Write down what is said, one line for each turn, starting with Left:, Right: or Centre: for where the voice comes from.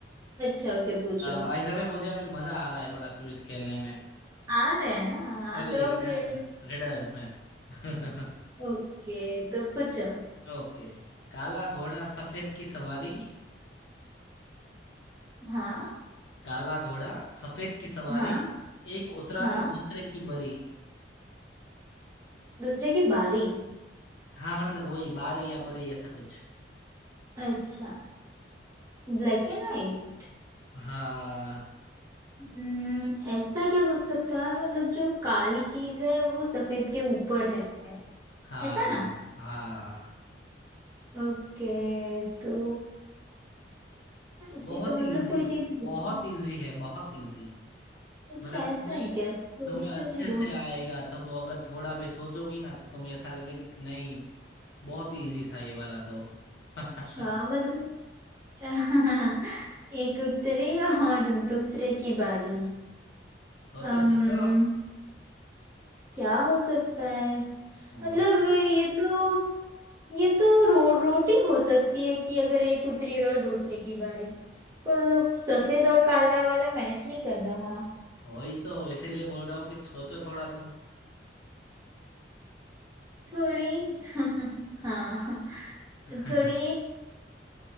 Right: अच्छा ओके पूछो
Left: बाय द वे मुझे अभी मजा आ रहा है थोड़ा क्विज खेलने में
Right: आ रहा है ना हाँ,
Left: सॉरी
Right: तो फिर
Left: रिडल्स में <laughs>
Right: ओके तो पूछो
Left: ओके काला घोड़ा सफेद की सवारी
Right: हाँ
Left: काला घोड़ा सफेद की सवारी
Right: हाँ
Left: एक उतरा
Right: हाँ
Left: तो दूसरे की बरी
Right: दूसरे की बारी
Left: हाँ मतलब वही बारी या बरी ऐसा कुछ
Right: अच्छा ब्लैक एंड व्हाइट
Left: हाँ
Right: हम्म, ऐसा क्या हो सकता है मतलब जो काली चीज है वो सफेद के ऊपर है
Left: हाँ
Right: ऐसा ना
Left: हाँ
Right: ओके तो ऐसी
Left: बहुत
Right: तो
Left: ही
Right: मतलब
Left: इजी
Right: कोई चीज होती
Left: बहुत
Right: है
Left: इजी है बहुत इजी
Right: अच्छा
Left: मतलब
Right: ऐसा
Left: तुम्हें
Right: है क्या सोचने
Left: तुम्हें अच्छे
Right: दो
Left: से आएगा तुम अगर थोड़ा भी सोचोगी ना तो तुम्हें ऐसा लगेगा कि नहीं बहुत ही इजी था ये वाला तो <laughs>
Right: अच्छा मतलब <laughs> एक उतरी और दूसरे की बारी
Left: सोचो
Right: अम्म
Left: सोचो
Right: क्या हो सकता है
Left: वो
Right: मतलब ये तो ये तो रो, रोटी हो सकती है कि अगर एक उतरी और दूसरे की बारी पर सफेद और काला वाला मैच नहीं कर रहा
Left: वही तो इसीलिए बोल रहा हूँ कि सोचो थोड़ा तुम
Right: थोड़ी <laughs> हाँ
Left: <laughs>
Right: थोड़ी